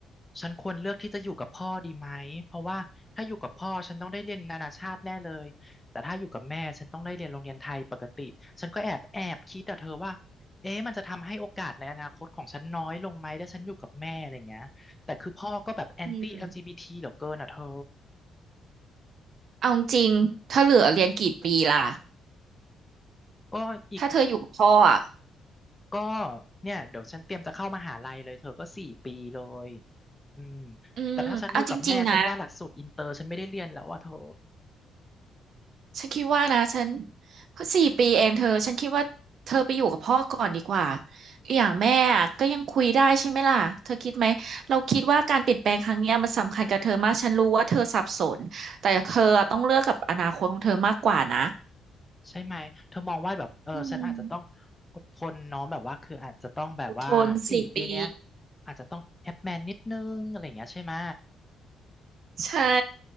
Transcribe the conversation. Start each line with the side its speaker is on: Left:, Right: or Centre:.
Left: ฉันควรเลือกที่จะอยู่กับพ่อดีไหมเพราะว่าถ้าอยู่กับพ่อฉันต้องได้เรียนนานาชาติแน่เลยแต่ถ้าอยู่กับแม่ฉันต้องได้เรียนโรงเรียนไทยปกติฉันก็แอบแอบคิดแต่เธอว่าเอ๊ะมันจะทำให้โอกาสในอนาคตของฉันน้อยลงไหมถ้าฉันอยู่กับแม่อะไรเงี้ยแต่คือพ่อก็แบบแอนตี้แอลจีบีทีเหลือเกินอ่ะเธอ
Right: อืมเอาจริงๆถ้าเหลือเรียนกี่ปีล่ะ
Left: ก็อีก
Right: ถ้าเธออยู่กับพ่ออ่ะ
Left: ก็เนี่ยเดี๋ยวฉันเตรียมจะเข้ามหาลัยเลยเธอก็สี่ปีเลยอืม
Right: อืมเอาจริงๆนะ
Left: แต่ถ้าฉันอยู่กับแม่ฉันว่าหลักสูตรอินเตอร์ฉันไม่ได้เรียนแล้วอ่ะเธอ
Right: ฉันคิดว่านะฉันเพสี่ปีเองเธอฉันคิดว่าเธอไปอยู่กับพ่อก่อนดีกว่าอย่างแม่อะก็ยังคุยได้ใช่ไหมล่ะเธอคิดไหมเราคิดว่าการเปลี่ยนแปลงครั้งเนี้ยมันสำคัญกับเธอมากฉันรู้ว่าเธอสับสนแต่เธอต้องเลือกกับอนาคตของเธอมากกว่านะ
Left: ใช่ไหมเธอมองว่าแบบเออฉันอาจจะต้อง
Right: อืม
Left: อดทนเน้องแบบว่าคืออาจจะต้องแบบว่าสี่ปีเนี้ย
Right: อดทนสี่ปี
Left: อาจจะต้องแอปแมนนิดนึงอะไรอย่างเงี้ยใช่ไหม
Right: ใช่